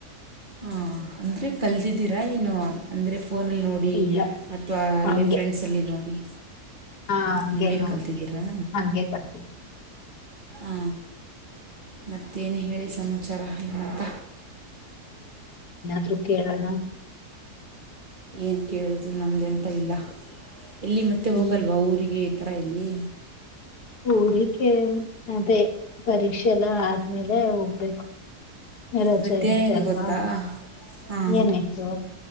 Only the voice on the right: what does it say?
ಹ ಅಂದ್ರೆ ಕಲ್ದಿದ್ದೀರಾ ಏನು ಅಂದ್ರೆ ಫೋನಲ್ಲಿ ನೋಡಿ
ಅಥವಾ ಅಲ್ಲೇ
ಫ್ರೆಂಡ್ಸಲ್ಲಿ ನೋಡಿ
ಹಂಗೇ
ಕಲ್ತಿದ್ದೀರಾ
ಹಾ ಮತ್ತೇನ್ ಹೇಳಿ ಸಮಾಚಾರ ಏನಂತ
ಏನು ಕೇಳಿದು ನಮ್ದ್ ಎಂತ ಇಲ್ಲ. ಎಲ್ಲಿ ಮತ್ತೆ
ಹೋಗಲ್ವಾ ಊರಿಗೆ ತರೈಲಿ
ಇವತ್ತೇನಾಯಿತು
ಗೊತ್ತಾ ಹಾಂ